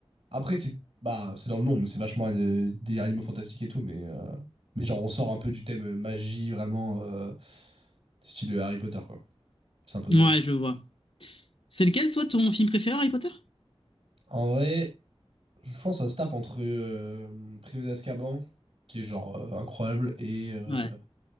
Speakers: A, on the right; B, on the left.
A: après c'est, bah c'est dans le nom mais c'est vachement euh, des animaux fantastiques et tout mais, euh, mais genre on sort un peu du thème euh, magie vraiment euh, style Harry Potter quoi. C'est un peu dommage.
B: Ouais, je vois. C'est lequel, toi, ton film préféré, Harry Potter?
A: En vrai. Je pense que ça se tape entre euh, Prisonnier d'Azkaban, qui est genre euh, incroyable, et euh,
B: Ouais.